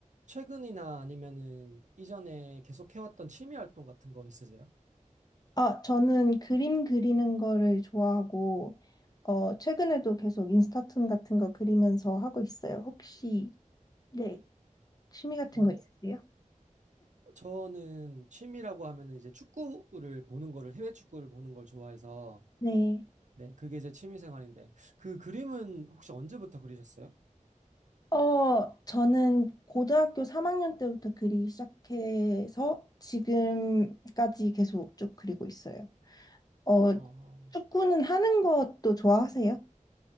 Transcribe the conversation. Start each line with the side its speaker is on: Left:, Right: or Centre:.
Right: 최근이나 아니면은 이전에 계속 해왔던 취미 활동 같은 거 있으세요?
Left: 아, 저는 그림 그리는 거를 좋아하고, 어, 최근에도 계속 인스타툰 같은 거 그리면서 하고 있어요. 혹시, 네, 취미 같은
Right: 어,
Left: 거 있으세요?
Right: 저는 취미라고 하면은 이제 축구를 보는 거를, 해외 축구를 보는 걸 좋아해서,
Left: 네.
Right: 네, 그게 제 취미 생활인데, 그 그림은 혹시 언제부터 그리셨어요?
Left: 어, 저는 고등학교 3학년 때부터 그리기 시작해서 지금까지 계속 쭉 그리고 있어요. 어,
Right: 어,
Left: 축구는 하는 것도 좋아하세요?